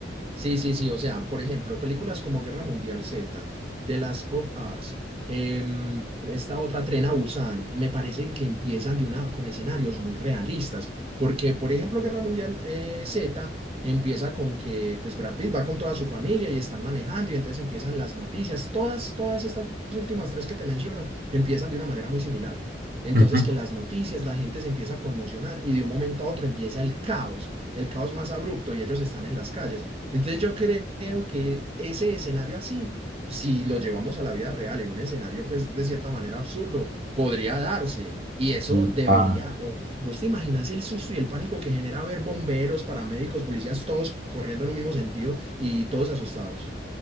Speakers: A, on the right; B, on the right.
A: Sí, sí, sí. O sea, por ejemplo, películas como Guerra Mundial Z, The Last of Us, em, esta otra Tren a Busan, me parecen que empiezan de una, con escenarios muy realistas. Porque, por ejemplo, Guerra Mundial eh, Z empieza con que pues, Brad Pitt va con toda su familia y están manejando, y entonces empiezan las noticias. Todas, todas estas últimas tres que te menciono empiezan de una manera muy similar. Entonces,
B: Ujú.
A: que las noticias, la gente se empieza a conmocionar y de un momento a otro empieza el caos, el caos más abrupto y ellos están en las calles. Entonces yo creo que ese escenario así, si lo llevamos a la vida real, en un escenario pues de cierta manera absurdo, podría darse. Y
B: <laughs>
A: eso debería,
B: Pa-
A: o vos te imaginas el susto y el pánico que genera ver bomberos, paramédicos, policías, todos corriendo en un mismo sentido y todos asustados.